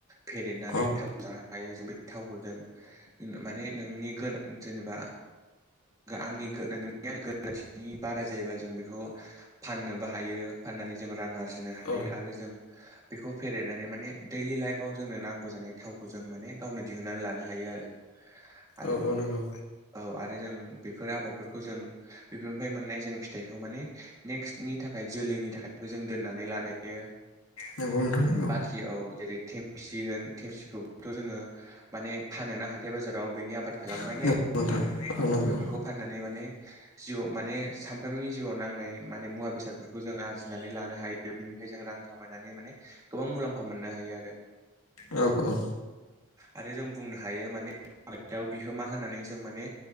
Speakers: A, on the right (about 15°); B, on the left (about 80°).
A: फेरेदनानै
B: औ
A: थाव जानो हायो जों बे थावखौ जों माने नोंनि गोनां जेनेबा आंनि नोंनि गोरोनि बारा जायोबा जों बेखौ फाननो बा हायो फाननानै जों रां आरजिनो जिनो हायो
B: औ
A: आरो जों बेखौ फेरेदनानै माने दैलि लाइफआव जोंनो नांगौ जानाय थावखौ जों माने गावनो दिहुनन्नानै लानो हायो आरो। आरो
B: औ औ नंगौ।
A: औ आरो जों बेफोर आबादफोरखौ जों बेफोरनिफ्राय मोननाय जों फिथाइखौ माने नेक्स्टनि थाखाय जोलैनि थाखायबो जों दोननानै लानायो
B: नंगौ नोंथां नंगौ
A: बाखि औ जेरै थेमसि होन थेमसिखौबोथ' जोङो माने फानोना हाथाय बाजाराव बिनि आबाद खालामनानै
B: नंगौ नोंथां
A: औ
B: नंगौ
A: बेफोरखौ फाननानै माने जिउआव माने सामफ्रोमनि जिउआव नांनाय माने मुवा बेसादफोरखौ जों आरजिनानै लानो हायो बिनिफ्राय जों रां खामायनानै माने गोबां मुलाम्फा मोननो हायो आरो।
B: औ औ।
A: आरो जों बुंनो हायो माने <inaudible> बिहोमा होनानै जों माने